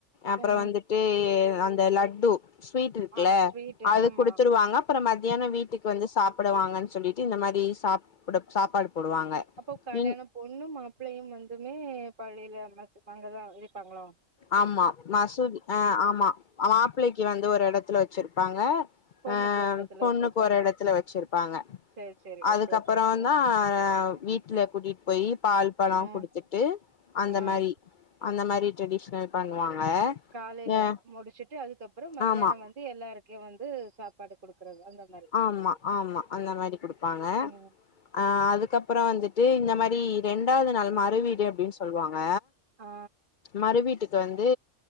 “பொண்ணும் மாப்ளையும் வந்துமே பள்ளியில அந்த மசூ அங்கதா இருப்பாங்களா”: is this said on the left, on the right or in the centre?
Right